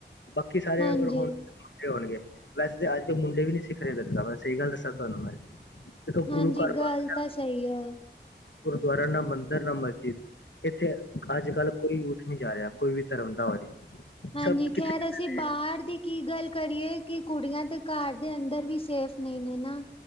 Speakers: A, on the left (about 75°); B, on the left (about 30°).
A: ਬਾਕੀ ਸਾਰੇ
B: ਹਾਂਜੀ
A: ਅਗਰ ਹੁਣ ਮੁੰਡੇ ਹੋਣਗੇ, ਵੈਸੇ ਤਾਂ ਅੱਜ ਕੱਲ ਮੁੰਡੇ ਵੀ ਨਹੀਂ ਸਿੱਖ ਰੇ ਗਤਕਾ, ਮੈਂ ਸਹੀ ਗੱਲ ਦੱਸਾਂ ਤੁਹਾਨੂੰ ਮੈਂ। ਦੇਖੋ
B: ਹਾਂਜੀ,
A: ਗੁਰੂ ਘਰ
B: ਗੱਲ
A: ਵੱਲ
B: ਤਾਂ ਸਹੀ ਹੈ।
A: ਗੁਰਦੁਆਰਾ ਨਾ ਮੰਦਰ ਨਾ ਮਸਜਿਦ। ਇੱਥੇ ਅੱਜ-ਕੱਲ੍ਹ ਕੋਈ ਯੂਥ ਨੀ ਜਾ ਰਿਆ, ਕੋਈ ਵੀ ਧਰਮ ਦਾ ਹੋਏ।
B: ਹਾਂਜੀ
A: ਸਭ ਕਿੱਥੇ
B: ਖ਼ੈਰ
A: ਜਾਂਦੇ
B: ਅਸੀਂ ਬਾਹਰ
A: ਨੇ।
B: ਦੀ ਕੀ ਗੱਲ ਕਰੀਏ, ਕਿ ਕੁੜੀਆਂ ਤੇ ਘਰ ਦੇ ਅੰਦਰ ਵੀ ਸੇਫ ਨਹੀਂ ਨੇ ਨਾ